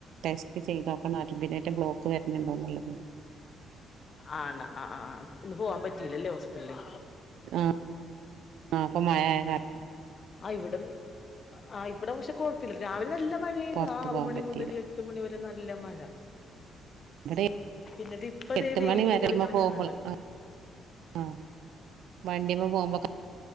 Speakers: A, on the right; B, on the left.
A: ടെസ്റ്റ് ചെയ്തൊ കണ്ണാടി നരമ്പിനേറ്റം ബ്ലോക്ക് വെര്ന്ന്ണ്ടോന്നുള്ളത്
B: ആണ് അ അ അ ഇന്ന് പോവാം പറ്റീലല്ലേ ഹോസ്പിറ്റ്ല്
A: ആഹ് ആഹ് അപ്പൊ മഴയായ കാര
B: ആഹ് ഇവിടം ആഹ് ഇവിടം പക്ഷെ കൊഴപ്പില്ല രാവിലെ നല്ല മഴെയ്യെര്ന്നു
A: പുറത്ത്
B: ആറ്
A: പോകാൻ
B: മണി
A: പറ്റിയില്ല
B: മുതല് എട്ട് മണിവെരെ നല്ല മഴ
A: ഇവിടെ
B: പിന്നത് ഇപ്പ
A: എട്ട്
B: ദെ വെയില്
A: മണി വരെമ്മ
B: തെളിഞൂഞ്
A: പോകുമ്പോൾ
B: വെര്ണ്ട്
A: ആഹ് ആഹ് വണ്ടിമ്മ പോകുമ്പക